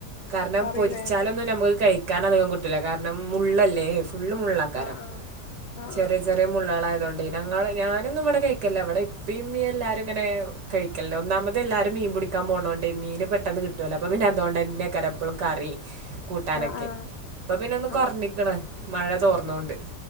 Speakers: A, on the right (about 85°); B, on the left (about 65°).
A: കാരണം
B: കറില്ലേ
A: പൊരിച്ചാലൊന്നും നമക്ക് കഴിക്കാൻ നധികോം കിട്ടൂല കാരണം മുള്ളല്ലേ ഫുള്ളും മുള്ളാക്കാരം
B: ആഹ് ആഹ്
A: ചെറിയ
B: ആഹ്
A: ചെറിയ മുള്ളാളായത് അതോണ്ടേ നങ്ങള് ഞാനൊന്നും ഇവടെ കഴിക്കല്ല ഇവടെ ഇപ്പേയിമ്മേം എല്ലാരുങ്ങനെ കഴിക്കൽണ്ട് ഒന്നാമത് എല്ലാരും മീ മീൻ പുടിക്കാൻ പോണോണ്ടേ മീന് പെട്ടെന്ന് കിട്ടുവലോ അപ്പൊ പിന്നെ അതോണ്ടന്നേക്കാരം എപ്പളും കറീ കൂട്ടാനൊക്കെ
B: ആഹ് ആഹ്
A: ഇപ്പൊ പിന്നെ ഒന്ന്
B: ആഹ് ആഹ്
A: കുറഞ്ഞിക്ക്ണ് മഴ തോർന്നോണ്ട്